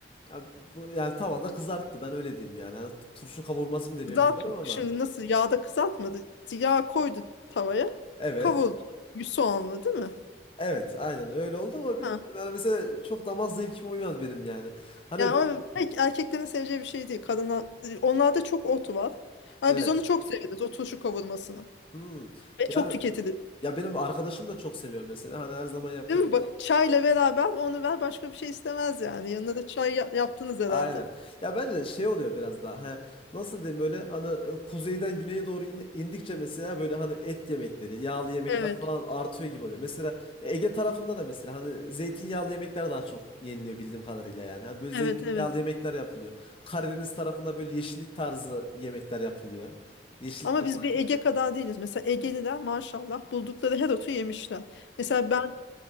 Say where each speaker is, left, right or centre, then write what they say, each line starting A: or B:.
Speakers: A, on the left; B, on the left.
A: ya bu- yani tavada kızarttı. Ben öyle diyeyim yani. Hani turşu kavurması mı deniyor
B: Kızart
A: bilmiyorum ama.
B: Şimdi nasıl yağda kızartmadı. Yağ koydu tavaya.
A: Evet.
B: Kavurdu. Soğanla değil mi?
A: Evet, aynen öyle oldu ama bilmiyorum.
B: Ha.
A: Yani mesela çok damak zevkime uymadı benim yani. Hani
B: Yani ama pek erkeklerin seveceği bir şey değil. Kadına, onlarda çok ot var. Ama
A: evet.
B: biz onu çok severiz. O turşu kavurmasını.
A: Hmm.
B: Ve
A: Yani
B: çok tüketilir.
A: ya benim arkadaşım da çok seviyor mesela. Hani her zaman yapıyor
B: Değil mi?
A: falan.
B: Bak çayla beraber onu ver başka bir şey istemez yani. Yanına da çay ya- yaptınız herhalde.
A: Aynen. Ya bence de şey oluyor biraz daha. He, nasıl diyeyim böyle hani e, kuzeyden güneye doğru in- indikçe mesela böyle hani et yemekleri, yağlı yemekler
B: Evet,
A: falan artıyor gibi oluyor. Mesela Ege tarafında da mesela hani zeytinyağlı yemekler daha çok yeniliyor bildiğim kadarıyla yani. Hani böyle zeytinyağlı
B: evet, evet.
A: yemekler yapılıyor. Karadeniz tarafında böyle yeşillik tarzı yemekler yapılıyor. Yeşillikler
B: Ama biz
A: olan
B: bir
A: yemekler.
B: Ege kadar değiliz. Mesela Egeliler maşallah buldukları her otu yemişler. Mesela ben